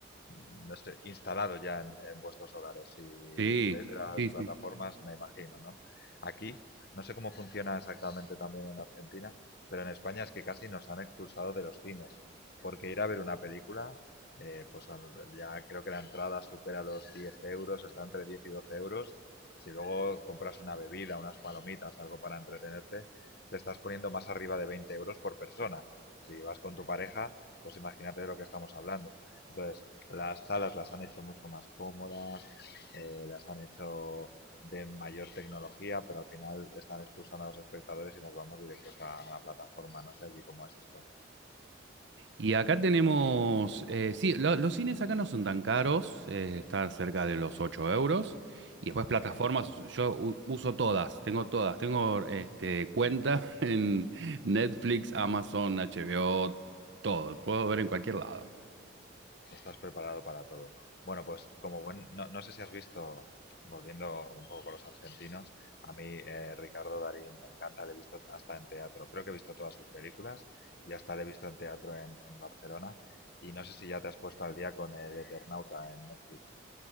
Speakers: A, on the left (about 50°); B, on the right (about 65°).
A: mm, no sé, instalado ya en, en vuestros hogares. Si
B: Sí,
A: tiráis de las
B: sí,
A: plataformas,
B: sí.
A: me imagino, ¿no? Aquí, no sé cómo funciona exactamente también en Argentina, pero en España es que casi nos han expulsado de los cines, porque ir a ver una película, eh, pues ya creo que la entrada supera los 10 euros, está entre 10 y 12 euros. Si luego compras una bebida, unas palomitas, algo para entretenerte, te estás poniendo más arriba de 20 euros por persona. Si vas con tu pareja, pues imagínate de lo que estamos hablando. Entonces, las salas las han hecho mucho más cómodas, eh, las han hecho de mayor tecnología, pero al final están expulsando a los espectadores y nos vamos directos a la plataforma. No sé allí cómo es esto.
B: Y acá tenemos, eh, sí, lo- los cines acá no son tan caros, eh, está cerca de los 8 euros. Y después
A: Ah,
B: plataformas,
A: bien,
B: yo u- uso todas, tengo todas, tengo este, cuenta <laughs> en Netflix, Amazon, HBO, todo, puedo ver en cualquier lado.
A: estás preparado para todo. Bueno, pues como buen, no, no sé si has visto, volviendo un poco con los argentinos, a mí eh, Ricardo Darín me encanta, le he visto hasta en teatro, creo que he visto todas sus películas y hasta le he visto en teatro en, en Barcelona y no sé si ya te has puesto al día con el Eternauta en Netflix.